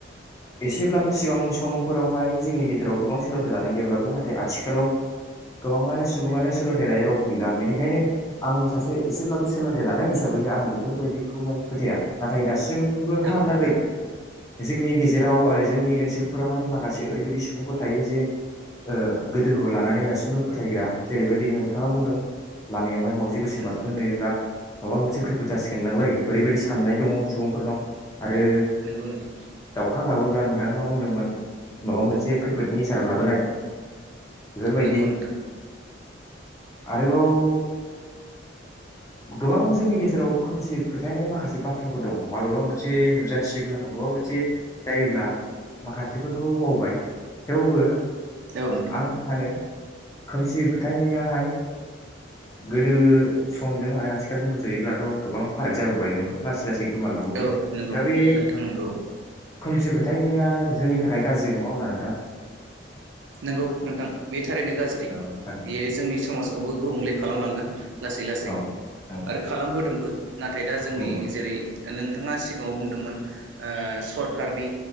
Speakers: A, on the left; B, on the right.
A: एसेब्लाबो सिगां समफोरावहाय जोंनि गेजेराव गोबां सोलोंथाइ लानाय गैयाब्लाबो नाथाय आथिखालाव गोबाङानो सुबुङानो सोलोंथाइ लायै रावबो गैला बेनिखायनो आंबो सासे एसेब्लाबो सोलोंथाइ लानाय हिसा साबैहाय आं बेफोरबायदिखौहाय फोथाया नाथाय दासि बो हालागै
B: औ नोंथां
A: जोंनि गेजेराव आरो जोंनि ओनसोलफोरावहाय माखासे ओरैबायदि सुबुंफोर थायो जे ओ गोदोखौ लानानै दासिमबो फोथायग्रा जेरैबायदि नोंथाङा बुंदों लामायावहाय मावजि गोसोम
B: नंगौ
A: बारसोमनाय
B: नोंथां
A: नुयोब्ला माबा मोनसे खैफोद जासिगोनदांलै ओरैबायदि सा साननाय दंङ सुबुंफोरनाव आरो
B: नंगौ नोंथां
A: दाउ अखा गाबोब्ला नोंथाङा बुंदोंमोन माबा मोनसे खैफोदनि सारा लाबोनाय बेफोरबायदि
B: नांगौ नोंथा
A: आरोबाव गोबां जोंनि गेजेराव खोमसि फोथायनाय माखासे बाथ्राफोर दं माबेबा मोनसे नुजाथियोब्ला माबेबा मोनसे जायोब्ला माखासेफोरखौ बावबाय थेवबो
B: औ नोंथां
A: आं सानो खोमसि फोथायनायाहाय गोदो समजों आरो सिखालजों रजयोब्लाथ गोबां फाराग जाबोबाय नोंखौ लासै लासै गोमालांबोबाय
B: औ नंगौ
A: दा
B: नोंथां
A: बे
B: नंगौ
A: खोमसि फोथायनाया जोंनि थाखाय गाज्रि नंङा अब्ला नोंथां
B: नंगौ नोंथां बे थारैनो गाज्रि
A: औ थारैनो
B: बेयो
A: नोंथां
B: जोंनि समाजखौबो गुबुंले खालामलांगोन लासै लासै
A: औ नंगौ
B: आरो खालामबोदोंबो नाथाय दा जोंनि
A: नंगौ
B: जेरै नोंथाङा सिगांङाव बुंदोंमोन ओ सरखारारनि